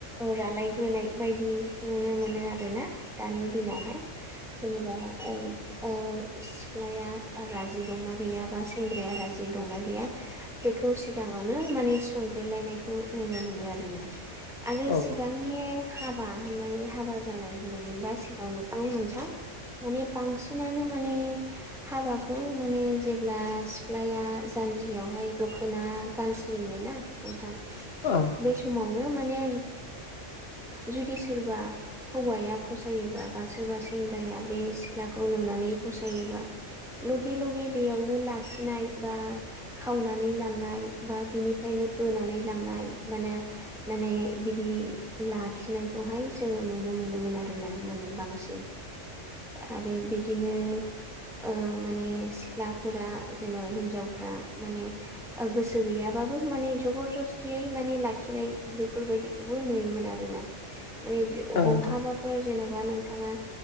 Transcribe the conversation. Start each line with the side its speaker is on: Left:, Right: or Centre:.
Centre: रालायग्रोनाय बायदि नुनो मोनो आरोना ना दानि दिनावहाय जेनेबा ओ सिख्लाया रा जि दंना गैयाबा सेंग्राया राजि दंना गैया बेखौ सिगाङावनो माने सोंग्रोलायनाय खौ नुनो मोनो आरोना आरो
Left: औ
Centre: सिगांनि हाबा होननानै हाबा जानाय होनोमोनबा सिगांनिखौ नोंथां माने बांसिनानो माने हाबा बेखौ माने जेब्ला सिख्लाया जानजियावहाय दखोना गानसलिङो ना नोंथां
Left: औ
Centre: बे समावनो माने जुदि सोरबा हौवाया फसायोबा बा सोरबा सेंग्राया बे सिख्लाखौ नुनानै फसायोबा लगे लगे बेयावनो लाखिनाय बा खावनानै लांनाय बा बिनि फ्रायनो बोनानै लांनाय माने माने बिदि लाखिनायखौहाय जोङो नुनो मोनोमोन आरो ना बांसिन आरो बिदिनो ओ माने सिख्लाफोरा जेन' हिनजावफ्रा माने गोसो गैया बाबो माने जबर जस्तियै माने लाखिनाय बेफोरबायदिखौबो नुयोमोन आरो ना माने
Left: औ नोंथां
Centre: बहाबाफोर जेन' बा नोंथाङा